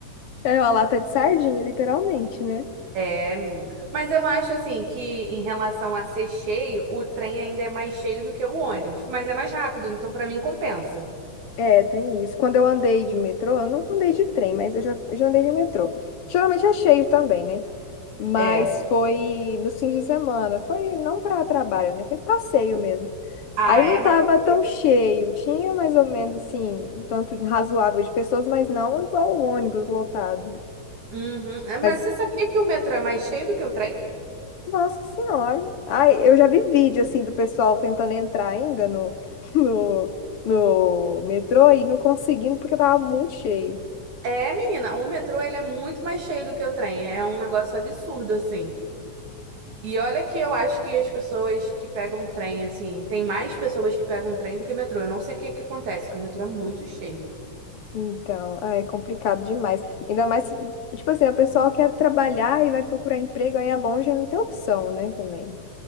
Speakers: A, on the left; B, on the right.
A: É uma lata de sardinha, literalmente, né?
B: É, menina. Mas eu acho assim que em relação a ser cheio, o trem ainda é mais cheio do que o ônibus, mas é mais rápido, então pra mim compensa.
A: É, tem isso. Quando eu andei de metrô, eu nunca andei de trem, mas eu já, já andei de metrô. Geralmente é cheio também, né? Mas
B: É.
A: foi no fim de semana. Foi não para trabalho, né? Foi passeio mesmo.
B: Ah,
A: Aí não
B: é mais
A: tava
B: tranquilo.
A: tão cheio. Tinha mais ou menos, assim, um tanto razoável de pessoas, mas não igual o ônibus lotado.
B: Uhum. É, Mas
A: Mas
B: você sabia que o metrô é mais cheio do que o trem?
A: Nossa senhora. Ai, eu já vi vídeo assim do pessoal tentando entrar ainda no, <laughs> no, no metrô e não conseguindo porque tava muito cheio.
B: É, menina, o metrô ele é muito mais cheio do que o trem. É um negócio absurdo assim. E olha que eu acho que as pessoas que pegam trem assim, tem mais pessoas que pegam trem do que metrô. Eu não sei o que que acontece, que o metrô é muito cheio.
A: Então, ai, é complicado demais. Ainda mais, se- tipo assim, a pessoa quer trabalhar e vai procurar emprego, aí é longe, não tem opção, né, também.